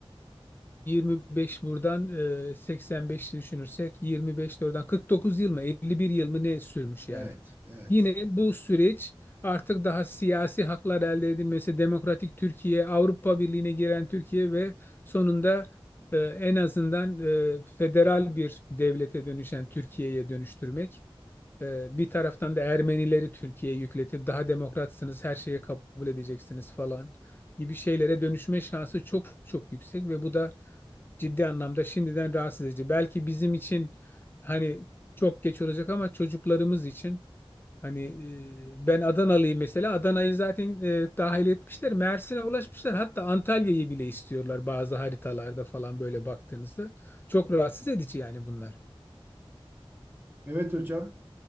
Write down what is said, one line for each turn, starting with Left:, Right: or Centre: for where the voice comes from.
Left: 25 buradan e, 85 düşünürsek 25 de oradan 49 yıl mı 51 yıl mı ne sürmüş yani.
Right: Evet, evet,
Left: Yine
Right: evet.
Left: bu süreç artık daha siyasi haklar elde edilmesi, demokratik Türkiye, Avrupa Birliği'ne giren Türkiye ve sonunda e, en azından e, federal bir devlete dönüşen Türkiye'ye dönüştürmek. E, bir taraftan da Ermenileri Türkiye'ye yükletip daha demokratsınız, her şeye kabul edeceksiniz falan gibi şeylere dönüşme şansı çok çok yüksek ve bu da ciddi anlamda şimdiden rahatsız edici. Belki bizim için hani çok geç olacak ama çocuklarımız için Hani e, ben Adanalıyım mesela. Adana'yı zaten e, dahil etmişler. Mersin'e ulaşmışlar. Hatta Antalya'yı bile istiyorlar bazı haritalarda falan böyle baktığınızda. Çok rahatsız edici yani bunlar.
Right: Evet hocam.